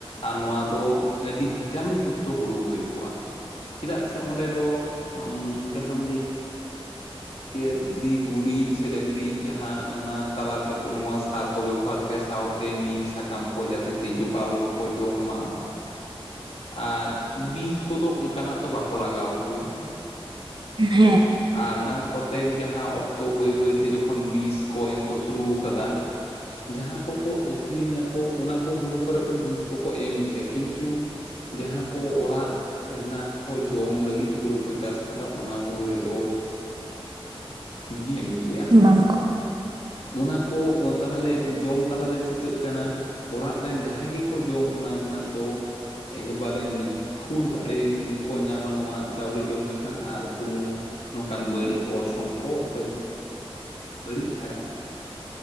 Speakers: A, on the left; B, on the right.
A: ᱟᱨ ᱱᱚᱣᱟ ᱫᱚ ᱟᱹᱰᱤ ᱵᱷᱤᱴᱟᱢᱤᱱ ᱡᱩᱠᱛᱚ ᱦᱩᱲᱩ ᱦᱩᱭ ᱠᱚᱜᱼᱟ। ᱪᱮᱫᱟᱜ ᱥᱮ ᱚᱸᱰᱮ ᱫᱚ ᱚᱸᱻ ᱡᱟᱦᱟᱸᱢ ᱞᱟᱹᱭ ᱠᱮᱫ ᱫᱤ ᱜᱩᱨᱤᱡ ᱥᱮ ᱰᱟᱹᱝᱨᱤ ᱤᱡ ᱡᱟᱦᱟᱸ ᱚᱱᱟ ᱛᱟᱞᱟ ᱛᱮᱠᱚ ᱱᱚᱣᱟ ᱥᱟᱨ ᱠᱚ ᱵᱮᱵᱚᱦᱟᱨ ᱠᱮ ᱥᱟᱶᱛᱮ ᱱᱤᱢ ᱥᱟᱠᱟᱢ ᱠᱚ ᱡᱟᱛᱮ ᱛᱤᱡᱩ ᱠᱚ ᱟᱞᱚᱪ ᱠᱚ ᱡᱚᱢ ᱢᱟ। ᱟᱨ ᱵᱤᱥ ᱠᱚᱫᱚ ᱚᱱᱠᱟᱱᱟᱜ ᱫᱚ ᱵᱟᱠᱚ ᱞᱟᱜᱟᱣ ᱠᱮᱭᱟ।
B: ᱦᱮᱸ
A: ᱟᱨ ᱚᱱᱟ ᱠᱚᱛᱮᱠ ᱡᱟᱦᱟᱸ ᱚᱠᱛᱚ ᱵᱟᱹᱭ ᱵᱟᱹᱭᱛᱮ ᱡᱚᱠᱷᱚᱱ ᱵᱤᱥ ᱠᱚ ᱮᱢ ᱠᱚ ᱥᱩᱨᱩ ᱠᱟᱫᱟ ᱡᱟᱦᱟᱸ ᱠᱚᱠᱚ ᱟᱹᱠᱷᱨᱤᱧᱟᱠᱚ ᱚᱱᱟ ᱠᱚ ᱦᱩᱲᱩ ᱠᱚᱨᱮᱫ ᱫᱚ ᱵᱤᱥ ᱠᱚᱠᱚ ᱮᱢ ᱠᱮᱭᱟ। ᱠᱤᱱᱛᱩ ᱼᱼ ᱡᱟᱦᱟᱸ ᱠᱚ ᱚᱲᱟᱜ ᱨᱮᱱᱟᱜ ᱠᱚ ᱡᱚᱢ ᱞᱟᱹᱜᱤᱫ ᱦᱩᱲᱩ ᱠᱚ ᱪᱟᱥ ᱟᱠᱟᱫᱟ᱾ ᱚᱱᱟ ᱦᱩᱲᱩ ᱨᱮᱫᱚ ᱼᱼ <unintelligible> ᱵᱤ ᱮᱢ ᱠᱤ
B: <unintelligible> ᱠᱚ
A: ᱚᱱᱟ ᱠᱚ ᱛᱟᱦᱟᱞᱮ ᱡᱚᱢ ᱛᱟᱞᱟᱛᱮ ᱪᱤᱠᱟᱹᱜ ᱠᱟᱱᱟ? ᱚᱲᱟᱜ ᱨᱮᱱ ᱡᱟᱦᱟᱸᱭ ᱜᱮᱠᱚ ᱡᱚᱢ ᱚᱱᱟ ᱨᱮᱱᱟᱜ ᱫᱚ ᱮᱠᱵᱟᱨᱮ ᱱᱤ ᱯᱷᱩᱴ ᱫᱟᱲᱮ ᱠᱚ ᱧᱟᱢᱟ ᱱᱚᱣᱟ ᱪᱟᱣᱞᱮ ᱡᱚᱢ ᱞᱮᱠᱷᱟᱱ᱾ ᱟᱨ ᱠᱳᱱᱳ ᱱᱚᱝᱠᱟᱱ ᱵᱟᱹᱲᱤᱡ ᱚᱨᱥᱚᱝᱠᱚ ᱥᱮ ᱰᱟᱹᱲᱤᱡ <inaudible>